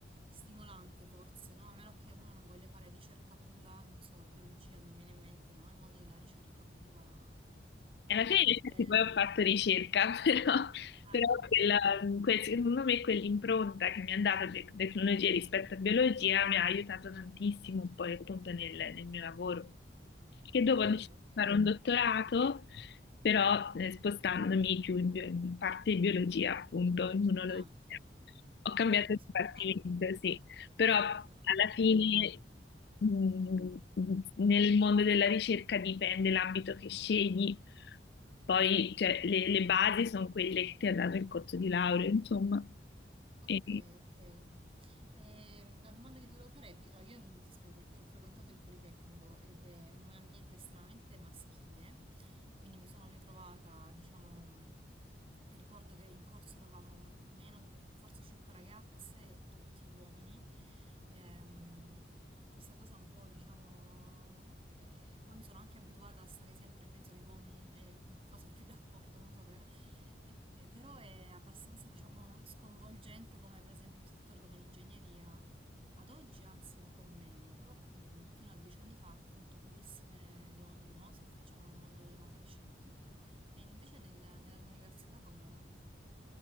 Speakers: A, on the right; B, on the left.
A: stimolante forse, no? A meno che uno non voglia fare ricerca pura, non so, la biologia mi viene in mente, no? Il mondo della ricerca pura
B: e alla
A: a
B: fine
A: volte...
B: in effetti poi ho fatto ricerca, <laughs> però,
A: Ah,
B: però
A: <laughs>
B: quella-
A: ok,
B: quel- secondo me quell'impronta che mi ha dato le tecnologie rispetto a biologia mi ha aiutato tantissimo poi appunto nel nel mio lavoro. che dopo
A: ok,
B: ho deciso
A: ok.
B: di fare un dottorato, però eh, spostandomi più in, bio- in parte biologia, appunto, immunologia.
A: Ah,
B: Ho cambiato
A: quindi sei,
B: dipartimento,
A: sei tornato,
B: sì, però alla
A: sei tornato un po'
B: fine
A: alle origini.
B: mh, nel mondo della ricerca dipende l'ambito che scegli, poi cioè, le, le basi sono quelle che ti ha dato il corso di laurea, insomma.
A: Ok,
B: E-
A: ok. Ehm, la domanda che ti volevo fare è, vi- allora, io non ti spiego perché ho frequentato il Politecnico ed è un ambiente estremamente maschile Quindi mi sono ritrovata, diciamo, ricordo che in corso eravamo meno, forse cinque ragazze e tutti uomini. Ehm, questa cosa un po', diciamo, eh, poi mi sono anche abituata a stare sempre in mezzo agli uomini eh, con cui vado più d'accordo, non so per... E- e però è abbastanza, diciamo, sconvolgente come per esempio settori come l'ingegneria, ad oggi anzi un po' meno, però mh, fino a dieci anni fa appunto pochissime donne no, si affacciavano al mondo delle materie scientifiche. E invece nel- nella tua università com'era?